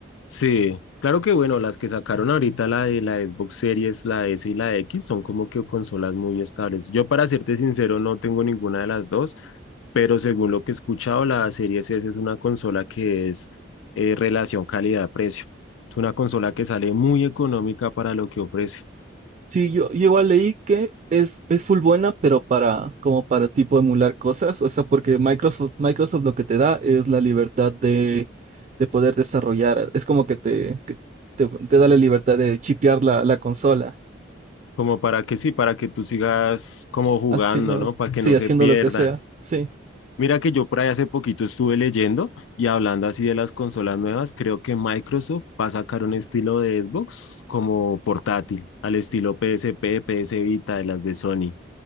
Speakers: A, on the left; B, on the right.
A: Sí, claro que bueno, las que sacaron ahorita la de la Xbox Series, la S y la X son como que consolas muy estables. Yo para serte sincero no tengo ninguna de las dos, pero según lo que he escuchado, la Series S es una consola que es eh, relación calidad-precio. Es una consola que sale muy económica para lo que ofrece,
B: Sí, yo, yo igual leí que es, es full buena, pero para, como para tipo emular cosas, o sea, porque Microsoft, Microsoft lo que te da es la libertad de, de poder desarrollar, es como que te, que te, te da la libertad de chipear la, la consola,
A: como para que sí, para que tú sigas como jugando,
B: haciendo,
A: ¿no? Para que
B: sí,
A: no se
B: haciendo
A: pierda.
B: lo que sea, sí.
A: Mira que yo por ahí hace poquito estuve leyendo y hablando así de las consolas nuevas, creo que Microsoft va a sacar un estilo de Xbox como portátil, al estilo PSP, PS Vita, de las de Sony,